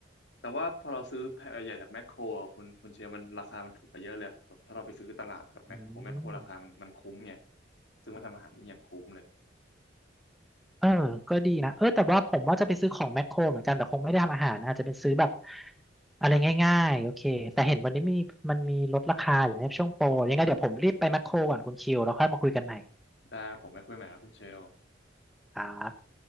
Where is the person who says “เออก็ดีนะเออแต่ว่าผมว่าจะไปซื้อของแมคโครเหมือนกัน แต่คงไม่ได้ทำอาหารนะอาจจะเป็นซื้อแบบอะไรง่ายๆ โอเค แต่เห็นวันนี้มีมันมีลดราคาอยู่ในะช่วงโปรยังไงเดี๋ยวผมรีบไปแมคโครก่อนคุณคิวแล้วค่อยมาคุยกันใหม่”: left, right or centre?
Centre